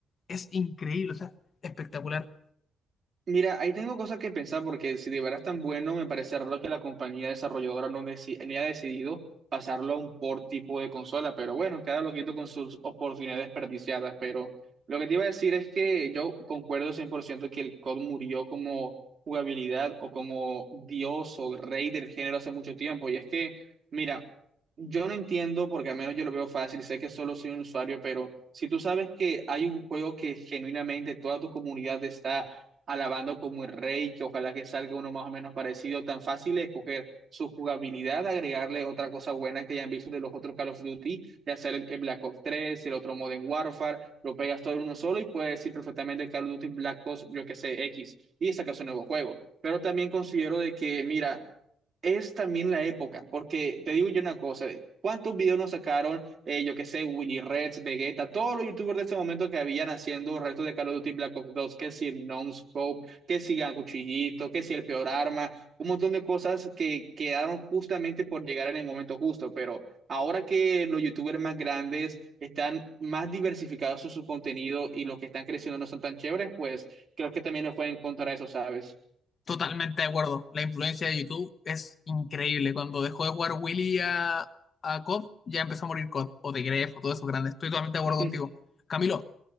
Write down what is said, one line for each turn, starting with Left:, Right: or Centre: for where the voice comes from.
Left: Es increíble, o sea, espectacular.
Right: Mira, ahí tengo cosas que pensar porque si de verdad es tan bueno, me parece raro que la compañía desarrolladora no, deci- ni ha decidido pasarlo a un port tipo de consola, pero bueno, cada loquito con sus oportunidades desperdiciadas, pero lo que te iba a decir es que yo concuerdo 100% que el COD murió como jugabilidad o como dios o rey del género hace mucho tiempo, y es que, mira, yo no entiendo porque al menos yo lo veo fácil, sé que solo soy un usuario, pero si tú sabes que hay un juego que genuinamente toda tu comunidad está alabando como el rey, que ojalá que salga uno más o menos parecido, tan fácil es escoger su jugabilidad, agregarle otra cosa buena que hayan visto de los otros Call of Duty, de hacer el el Black Ops 3, el otro Modern Warfare, lo pegas todo en uno solo y puedes decir perfectamente Call of Duty Black Ops, yo que sé, X, y sacas un nuevo juego. Pero también considero de que, mira, es también la época, porque te digo yo una cosa, ¿cuántos videos nos sacaron? eh, yo qué sé, Willy Reds, Vegeta, todos los youtubers de ese momento que habían haciendo restos de Call of Duty Black Ops dos que si el Scope, que si el Cuchillito, que si el Peor Arma, un montón de cosas que quedaron justamente por llegar en el momento justo, pero ahora que los youtubers más grandes están más diversificados en su contenido y los que están creciendo no son tan chéveres, pues creo que también lo pueden encontrar a eso, ¿sabes?
Left: Totalmente de acuerdo. La influencia de YouTube es increíble. Cuando dejó de jugar Willy a, a COD, ya empezó a morir COD o D o de Grefg o todo eso grande. Estoy totalmente de acuerdo
Right: <laughs>
Left: contigo. Camilo,